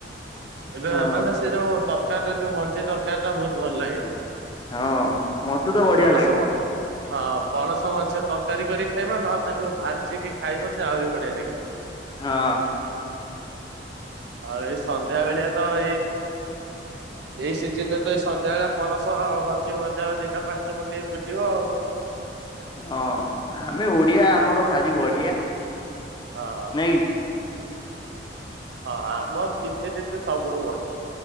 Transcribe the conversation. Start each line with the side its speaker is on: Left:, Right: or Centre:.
Right: ଏବେ
Left: ହଁ
Right: ମାନେ ସେ ଯୋଉ ତରକାରୀ ଯୋଉ ମଞ୍ଜି ତରକାରୀ ଟା ବହୁତ ଭଲ ଲାଗେ।
Left: ହଁ। ମତେ ତ ବଢିଆ
Right: ପଣସ
Left: ଲାଗେ
Right: ମ ହଁ ପଣସ ମଧ୍ୟଝି ତରକାରୀ କରି ଖାଇବା ନହେଲେ ତାକୁ ଭାଜିକି ଖାଇବ ସେ ଆହୁରି ବଢିଆ ଲାଗିବ। <inaudible>
Left: ହଁ।
Right: ଆଉ ଏଇ ସନ୍ଧ୍ୟା ବେଳିଆ ତ ଏଇ ଏଇ ସିଜିନ ରେ ତ ଏଇ ସନ୍ଧ୍ୟାବେଳେଆ ପନସ ମଞ୍ଜି ମଜା ଦିଟା ପାଖରେ ପଟେଇ ବୁଲିବ ଆଉ।
Left: ହଁ ଆମେ ଓଡିଆ ଆମର ଭାରି ବଢିଆ।
Right: ହଁ।
Left: ନାଇଁ କି?
Right: ହଁ ଆମର ନିଜେ ନିଜେ ସବୁଠୁ ଅଛି।